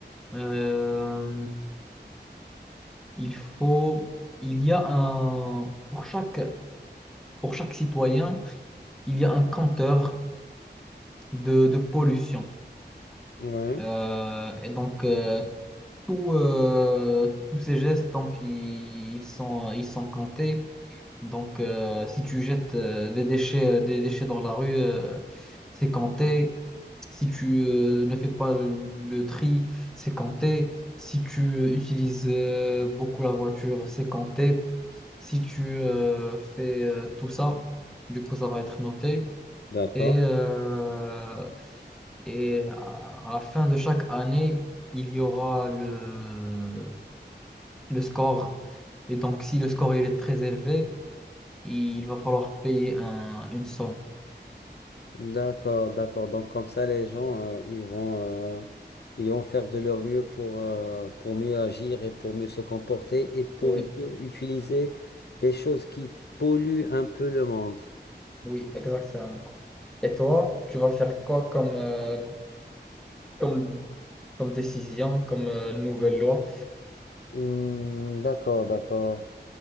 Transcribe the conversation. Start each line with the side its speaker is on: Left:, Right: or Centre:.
Centre: euh, il faut, il y a un, pour chaque, pour chaque citoyen, il y a un compteur de, de pollution.
Left: Oui.
Centre: Euh, et donc, euh, tout, euh, tous ces gestes, donc, ils ils sont, ils sont comptés. Donc, euh, si tu jettes euh, des déchets, euh, des déchets dans la rue, euh, c'est compté. Si tu euh, ne fais pas le, le tri, c'est compté. Si tu euh, utilises euh, beaucoup la voiture, c'est compté. Si tu euh, fais euh, tout ça, du coup, ça va être noté.
Left: D'accord.
Centre: Et, euh, et à à la fin de chaque année, il y aura le, le score. Et donc, si le score il est très élevé, il va falloir payer un- une somme.
Left: D'accord, d'accord. Donc comme ça, les gens, euh, ils vont, euh, ils vont faire de leur mieux pour, euh, pour mieux agir et pour mieux se comporter et pour
Centre: Oui,
Left: mieux utiliser les choses qui polluent un peu le monde.
Centre: oui, exactement. Et toi, tu vas faire quoi comme, euh, comme, comme décision, comme euh, nouvelle loi?
Left: Hmm, d'accord, d'accord.